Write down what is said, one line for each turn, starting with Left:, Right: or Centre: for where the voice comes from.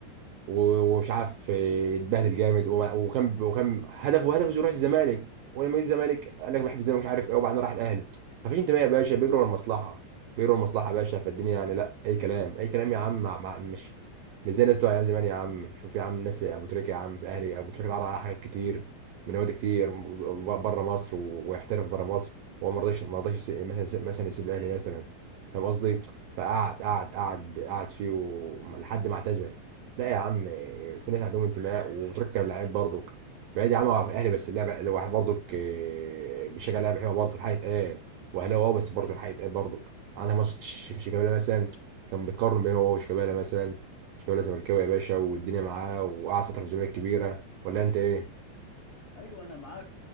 Right: و- ومش عارف إيه، اتبهدل جامد وما- وكان وكان هدفه هدفه يروح الزمالك ولما جه الزمالك قال لك بحب الزمالك مش عارف ايه وبعدين راح الاهلي مفيش انتماء يا باشا بيجروا ورا المصلحه بيجروا ورا المصلحه يا باشا فالدنيا يعني لا اي كلام اي كلام يا عم مع مع مش مش زي الناس بتوع ايام زمان يا عم شوف يا عم الناس ابو تريكه يا عم في اهلي ابو تريكه اتعرض على حاجات كتير من نوادي كتير بره مصر و- ويحترف بره مصر هو ما رضاش ما رضاش يسيب- مثلا مثلا يسيب الاهلي مثلا فاهم قصدي؟ فقعد قعد قعد قعد فيه و- لحد ما اعتزل لا يا عم في ناس عندهم انتماء وتركب اللعيب برضك بعيد يا عم هو في الاهلي بس اللعبه لو واحد برضك آه، بيشجع لعيبه حلوه برضه الحق يتقال واهلاوي اه بس برضه الحق يتقال برضك عندها مش ش- شيكابالا مثلا كان بيتقارن بين هو وشيكابالا مثلا شيكابالا زملكاوي يا باشا والدنيا معاه وقعد فتره في الزمالك كبيره ولا انت ايه؟
Left: ايوه انا معاك